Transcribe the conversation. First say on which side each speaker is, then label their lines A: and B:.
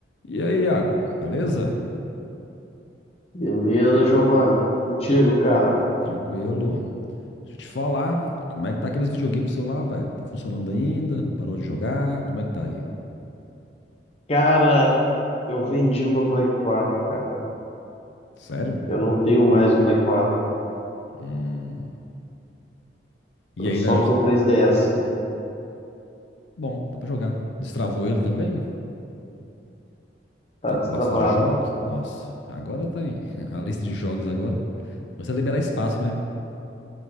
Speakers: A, on the left; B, on the left.
A: E aí, Iago, beleza?
B: Beleza, Giovanni. E contigo, cara?
A: Tranquilo. Deixa eu te falar, como é que tá aqueles videogames seu lá, velho? Tá funcionando ainda? Parou de jogar? Como é que tá aí?
B: Cara, eu vendi o meu Play 4, cara.
A: Sério?
B: Eu não tenho mais o Play 4.
A: Hum. E
B: Tô
A: aí,
B: só
A: dá...
B: com o 3DS.
A: bom, dá pra jogar. Destravou ele também?
B: Tá
A: Tá
B: destravado.
A: com bastante jogos? Nossa, agora tá em <laughs> a lista de jogos agora. Você liberar espaço, né?